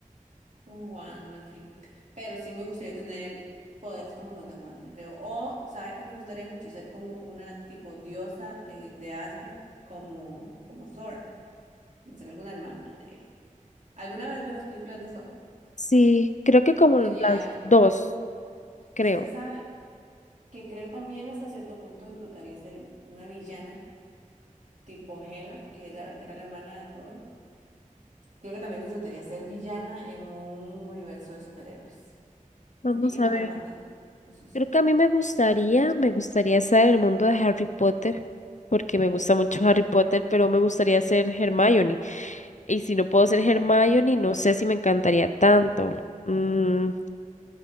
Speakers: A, on the right; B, on the left.
A: Como Wanda, sí. Pero sí me gustaría tener poderes como los de Wanda, creo. O, ¿sabe que me gustaría mucho ser como una tipo diosa eh, de Asgard, como, como Thor, como ser alguna hermana de él? ¿Alguna vez vio las películas de Thor?
B: Sí, creo que como
A: Tenía,
B: las dos, creo.
A: usted sabe que creo también hasta cierto punto disfrutaría ser una villana tipo Hela, que era, era la hermana de Thor. Creo que también disfrutaría ser villana en un universo de superhéroes.
B: Vamos
A: Y que no
B: a ver.
A: me maten, eso sí.
B: Creo que a mí me gustaría, me gustaría estar en el mundo de Harry Potter, porque me gusta mucho Harry Potter, pero me gustaría ser Hermione.
A: Ujú.
B: Y si no puedo ser
A: Amai.
B: Hermione, no sé si me encantaría tanto. Mm,